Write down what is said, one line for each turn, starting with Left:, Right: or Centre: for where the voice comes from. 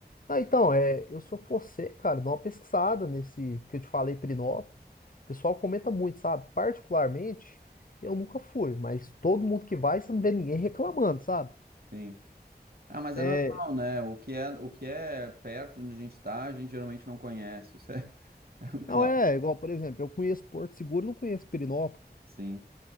Left: Não, então, é, eu se eu for você, cara, dá uma pesquisada nesse que eu te falei, Pirinópolis. O pessoal comenta muito, sabe? Particularmente, eu nunca fui, mas todo mundo que vai, você não vê ninguém reclamando, sabe?
Right: Sim. Ah, mas
Left: É,
Right: é normal, né? O que é, o que é perto de onde a gente tá, a gente geralmente não conhece. Isso é, <laughs> é um clássico.
Left: não é igual, por exemplo, eu conheço Porto Seguro, não conheço Pirinópolis,
Right: Sim.